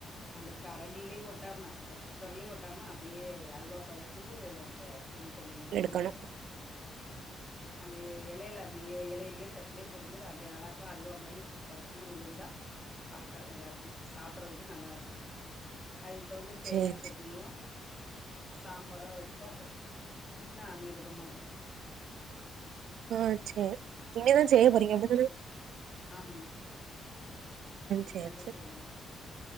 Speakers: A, on the left; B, on the right.
A: அந்த கரண்டிலயே ஒட்டாம அந்த குக்கர்லயே ஒட்டாம அப்படியே அல்வா பதத்துக்கு அந்த பொங்கல் இருக்கணு
B: எடுக்கணு
A: அந்த இலையில அப்படிய இலையிலயோ தட்டுலேயே போடும்போது அப்படியே அழகா அல்வா மாதிரி டப்புன்னு உளுந்தா பார்க்க அழகா இருக்கும் சாப்படுறதுக்கு நல்லா இருக்கும் அதுக்கு தவந்த தேங்கா
B: சேரி
A: சட்னியோ சாம்பாரோ சாரு நாஅமிருதமா இருக்கு
B: ஆஹ் சரி இனி தா செய்ய போறீங்க அப்படி தானே
A: ஆமா
B: சேரி
A: இனிமே தா
B: சேரி
A: செய்யணு